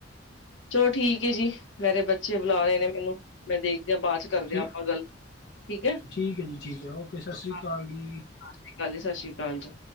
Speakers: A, on the left; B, on the left.
A: ਚਲੋ ਠੀਕ ਹੈ, ਜੀ ਮੇਰੇ ਬੱਚੇ ਬੁਲਾ ਰਹੇ ਨੇ ਮੈਨੂੰ ਮੈਂ ਦੇਖਦਿਆਂ ਬਾਅਦ 'ਚ। ਕਰਦੇ
B: ਠੀ
A: ਹਾਂ ਆਪਾਂ ਗੱਲ ਠੀਕ ਹੈ।
B: ਠੀਕ ਹੈ ਜੀ ਠੀਕ ਹੈ ਓਕੇ ਸਤਿ ਸ਼੍ਰੀ
A: ਸਸਸ੍ਰੀ
B: ਅਕਾਲ ਜੀ
A: ਕਾਲ ਜੀ ਸਸਸ੍ਰੀ ਕਾਲ ਜੀ।